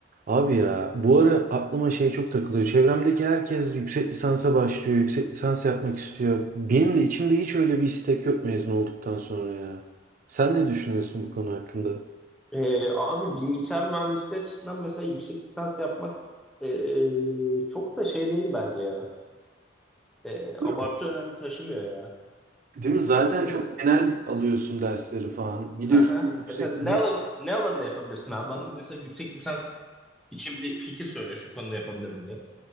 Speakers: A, on the right; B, in the centre.
A: Abi ya bu ara aklıma şey çok takılıyor. Çevremdeki herkes yüksek lisansa başlıyor, yüksek lisans yapmak istiyor. Benim de içimde hiç öyle bir istek yok mezun olduktan sonra ya. Sen ne düşünüyorsun bu konu hakkında?
B: Ee, abi bilgisayar mühendisliği açısından mesela yüksek lisans yapmak ee, çok da şey değil bence ya. Ee, abartı
A: Değil mi?
B: önemli taşımıyor ya.
A: Değil mi? Zaten
B: Mesela
A: çok genel alıyorsun dersleri falan. Bir
B: hı
A: de üstüne
B: hı.
A: yüksek.
B: mesela ne alan, ne alanda yapabilirsin abi? Bana mesela yüksek lisans için bir fikir söyle şu konuda yapabilirim diye.